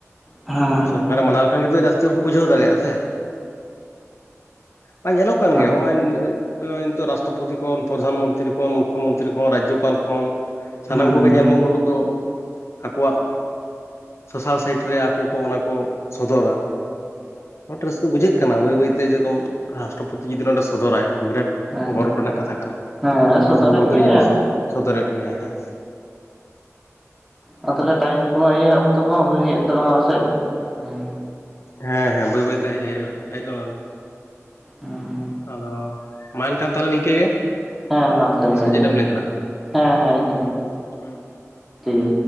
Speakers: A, in the centre; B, on the left.
A: ᱦᱮᱸ
B: ᱥᱚᱨᱠᱟᱨ ᱮ ᱢᱟᱱᱟᱣ ᱞᱮᱠᱷᱟᱱ ᱜᱮᱛᱚ ᱡᱟᱹᱥᱛᱤ ᱦᱚᱲᱠᱚ ᱵᱩᱡᱷᱟᱹᱣ ᱫᱟᱲᱮᱭᱟᱜᱼᱟ ᱥᱮ ᱵᱟᱝ ᱧᱮᱞᱚᱜ ᱠᱟᱱ
A: ᱦᱮᱸ
B: ᱜᱮᱭᱟ ᱦᱚᱸᱜᱼᱚᱭ ᱱᱤᱛᱚᱜ ᱨᱟᱥᱴᱨᱚᱯᱚᱛᱤ ᱠᱷᱚᱱ ᱯᱨᱚᱫᱷᱟᱱ ᱢᱚᱱᱛᱨᱤ ᱠᱷᱚᱱ ᱢᱩᱠᱷᱚ ᱢᱚᱱᱛᱨᱤ ᱠᱷᱚᱱ ᱨᱟᱡᱽᱚ ᱱᱮᱯᱟᱞ ᱠᱷᱚᱱ
A: ᱦᱮᱸ
B: ᱥᱟᱱᱟᱢ ᱠᱚᱜᱮ ᱧᱮᱞ ᱢᱟᱵᱚ ᱩᱱ ᱦᱤᱞᱚᱜ ᱫᱚ ᱟᱠᱚᱣᱟᱜ ᱥᱳᱥᱟᱞ ᱥᱟᱭᱤᱴ ᱨᱮ ᱟᱠᱚ ᱠᱚ ᱚᱱᱟ ᱠᱚ ᱥᱚᱫᱚᱨᱟ᱾ <unintelligible> ᱨᱟᱹᱥᱠᱟᱹ ᱵᱩᱡᱷᱟᱹᱜ ᱠᱟᱱᱟ ᱵᱟᱹᱭ ᱵᱟᱹᱭᱛᱮ ᱡᱮᱨᱚᱠᱚᱢ ᱨᱟᱥᱴᱨᱚᱯᱚᱛᱤ ᱡᱩᱫᱤ ᱱᱚᱸᱰᱮ ᱥᱚᱫᱚᱨᱟᱭ ᱱᱚᱣᱟ ᱵᱤᱨᱟᱴ
A: ᱦᱮᱸ
B: ᱜᱚᱨᱚᱵᱽ ᱨᱮᱱᱟᱜ ᱠᱟᱛᱷᱟ ᱠᱟᱱᱟ᱾
A: ᱦᱮᱸ
B: ᱯᱨᱚᱫᱷᱟᱱ
A: ᱥᱚᱫᱚᱨᱮᱫ
B: ᱢᱚᱱᱛᱨᱤ
A: ᱜᱮᱭᱟᱭ
B: ᱡᱩᱫᱤ ᱥᱚᱫᱚᱨᱮᱫ ᱜᱮᱭᱟᱭ ᱦᱮᱸ
A: ᱟᱨ ᱛᱟᱞᱮ ᱴᱟᱭᱤᱢ ᱠᱚᱦᱚᱸ ᱤᱭᱟᱹ ᱚᱠᱛᱚ ᱠᱚᱦᱚᱸ ᱦᱩᱭ ᱦᱩᱭᱮᱱ ᱛᱟᱞᱟᱝᱟ ᱯᱟᱥᱮᱡ ᱦᱚᱸ
B: ᱦᱮᱸ ᱦᱮᱸ ᱵᱟᱹᱭ ᱵᱟᱹᱭᱛᱮ ᱦᱮᱡ ᱦᱮᱡ ᱜᱚᱫᱚᱜᱟᱱ
A: ᱦᱩᱸ
B: ᱟᱫᱚ ᱢᱟ ᱮᱱᱠᱷᱟᱱ ᱛᱟᱦᱚᱞᱮ ᱱᱤᱝᱠᱟᱹ ᱜᱮ
A: ᱦᱮᱸ ᱢᱟ ᱛᱚᱵᱮ ᱤᱱᱠᱟ
B: ᱥᱮ ᱪᱮᱫ
A: ᱜᱮ
B: ᱮᱢ ᱞᱟᱹᱭ ᱛᱟᱞᱟᱝᱟ
A: ᱦᱮᱸ ᱦᱮᱸ ᱤᱱᱟᱹᱜᱮ᱾
B: ᱦᱮᱸ
A: ᱴᱷᱤᱠ ᱜᱮᱭᱟ᱾